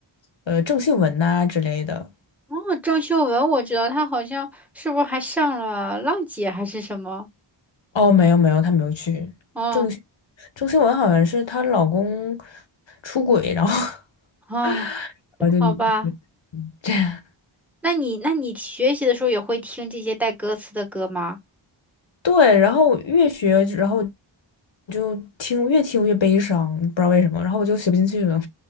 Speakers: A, on the left (about 65°); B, in the centre.
A: 呃郑秀文呐、之类的。
B: 哦，郑秀文我知道，她好像是不是还上了《浪姐》还是什么？
A: 哦，没有没有，她没有去。
B: 哦
A: 郑秀郑秀文好像是她老公出轨，然后 <laughs>
B: 哦，
A: 然后就
B: 好吧，
A: 这样。
B: 那你那你学习的时候也会听这些带歌词的歌吗？
A: 对，然后越学，然后就听越听越悲伤，不知道为什么，然后我就学不进去了。